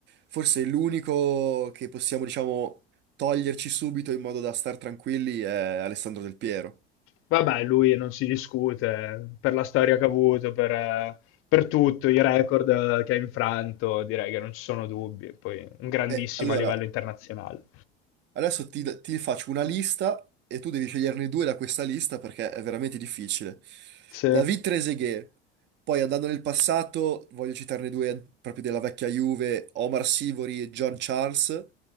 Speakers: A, on the right; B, on the left.
A: Forse l'unico che possiamo, diciamo, toglierci subito in modo da star tranquilli è Alessandro Del Piero.
B: Vabbè, lui non si discute per la storia che ha avuto, per, eh, per tutto, i record eh, che ha infranto, direi che non ci sono dubbi. Poi un grandissimo
A: E allora,
B: a livello internazionale.
A: Adesso ti, ti faccio una lista e tu devi sceglierne due da questa lista perché è veramente difficile.
B: Sì,
A: David
B: eh,
A: Trezeguet, poi andando nel passato, voglio citarne due proprio della vecchia Juve, Omar Sivori e John Charles,